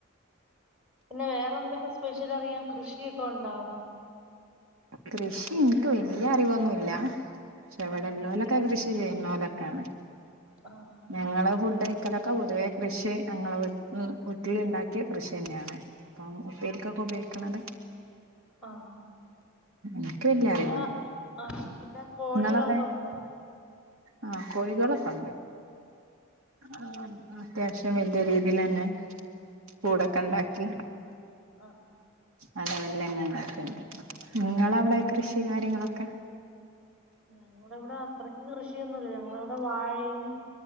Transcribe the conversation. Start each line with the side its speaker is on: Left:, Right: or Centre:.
Centre: പിന്നെ വേറെന്തൊക്കെ സ്പെഷ്യൽ അറിയാം കൃഷിയൊക്കെ ഒണ്ടാട
Right: കൃഷി എനിക്ക് വല്യ അറിവൊന്നുല്ല പക്ഷെ ഇവിടെല്ലോലൊക്കെ
Centre: ആഹ്
Right: കൃഷി ചെയ്യുന്നവലൊക്കാണ്
Centre: ആഹ്
Right: ഞങ്ങളെ ഫുഡ് കഴിക്കലൊക്കെ പൊതുവേ കൃഷി ഞങ്ങളെ വീട്ടിന്ന് വീട്ടിലുണ്ടാക്കിയ കൃഷി തന്നെയാണ് അപ്പം ഉപ്പേരിക്കൊക്കെ ഉപയോഗിക്കണത്
Centre: ആഹ്
Right: എനിക്ക് വല്യ
Centre: പിന്നെ
Right: അറിവൊന്നു
Centre: ആഹ് - ആഹ് പിന്നെ കോഴികളൊക്കെ
Right: നിങ്ങളവിടെ
Centre: ഉണ്ടോ
Right: ആഹ് കോഴികളൊക്കൊണ്ട് ആഹ് അത്യാവശ്യം വല്യ രീതിയിലന്നെ കൂടൊക്കെണ്ടാക്കി
Centre: ആഹ്
Right: അ ലെവലില്ലേന്നെ ഉണ്ടാക്കണ്ട് ങ്ങളെ അവിടെ കൃഷി കാര്യങ്ങളൊക്കെ
Centre: ഞങ്ങളവിടെ അത്രയ്ക്ക് കൃഷിയൊന്നുല്ല ഞങ്ങളവിടെ വാഴയും